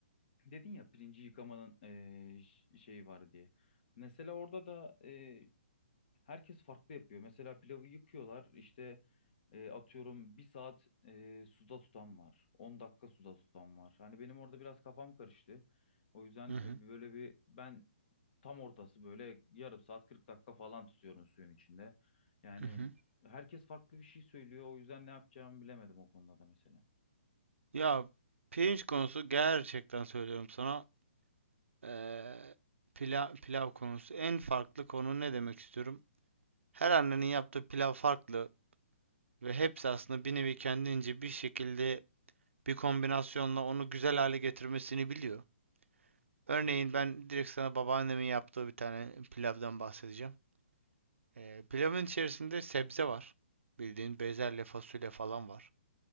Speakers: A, on the left; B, on the right.
A: dedin ya pirinci yıkamanın e, ş- şeyi var diye. Mesela orada da e, herkes farklı yapıyor. Mesela pilavı yıkıyorlar işte e, atıyorum bir saat e, suda tutan var. on dakika suda tutan var. Hani benim orada biraz kafam karıştı. O yüzden
B: Hı hı.
A: böyle bir ben tam ortası böyle yarım saat 40 dakika falan tutuyorum suyun içinde. Yani
B: Hı hı.
A: herkes farklı bir şey söylüyor. O yüzden ne yapacağımı bilemedim o konuda da mesela.
B: Ya pirinç konusu gerçekten söylüyorum sana. eee, pila- pilav konusu. En farklı konu ne demek istiyorum? Her annenin yaptığı pilav farklı ve hepsi aslında bir nevi kendince bir şekilde bir kombinasyonla onu güzel hale getirmesini biliyor. Örneğin ben direkt sana babaannemin yaptığı bir tane pilavdan bahsedeceğim. Ee, pilavın içerisinde sebze var. Bildiğin bezelye, fasulye falan var.